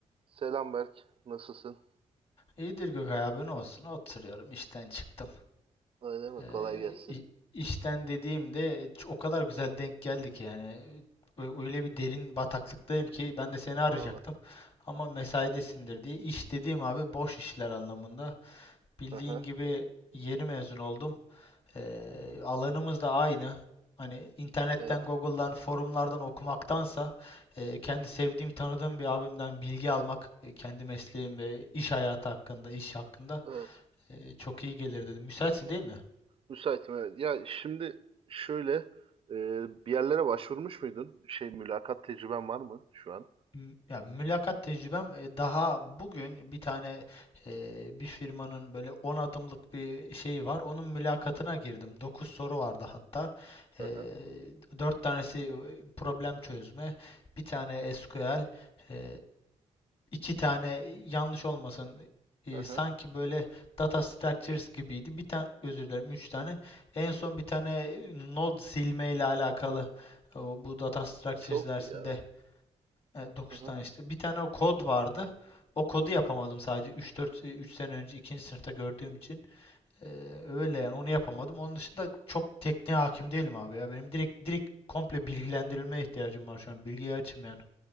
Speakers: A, on the right; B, on the left.
A: Selam Berk. Nasılsın?
B: İyidir Gökay abi ne olsun oturuyorum işten çıktım.
A: Öyle mi?
B: Ee,
A: Kolay gelsin.
B: i- işten dediğimde ç- o kadar güzel denk geldi ki yani Ö- öyle bir derin bataklıktayım ki ben de seni arayacaktım.
A: Valla.
B: Ama mesaidesindir diye. İş dediğim abi boş işler anlamında. Bildiğin
A: Hı hı.
B: gibi yeni mezun oldum. Ee, alanımız da aynı. Hani internetten,
A: Evet.
B: Google'dan, forumlardan okumaktansa e, kendi sevdiğim, tanıdığım bir abimden bilgi almak, e, kendi mesleğim ve iş hayatı hakkında, iş hakkında
A: Evet.
B: ee, çok iyi gelir dedim. Müsaitsin değil mi?
A: Müsaitim evet. Ya şimdi şöyle e, bir yerlere başvurmuş muydun? Şey mülakat tecrüben var mı şu an?
B: M- Ya mülakat tecrübem e, daha bugün bir tane e, bir firmanın böyle 10 adımlık bir şeyi var. Onun mülakatına girdim. 9 soru vardı hatta.
A: Hı
B: E,
A: hı.
B: 4 tanesi e, problem çözme, bir tane SQL, e, iki tane yanlış olmasın e,
A: Hı hı.
B: sanki böyle data structures gibiydi. Bir tane özür dilerim 3 tane. En son bir tane e, node silme ile alakalı e, bu data structures
A: Çok
B: dersinde
A: iyi abi.
B: e, 9
A: Hı hı.
B: tane işte. Bir tane o kod vardı. O kodu yapamadım sadece 3-4 3 sene önce ikinci sınıfta gördüğüm için. E, öyle yani onu yapamadım. Onun dışında çok tekniğe hakim değilim abi ya. Benim direkt direkt komple bilgilendirilmeye ihtiyacım var şu an. Bilgiye açım yani.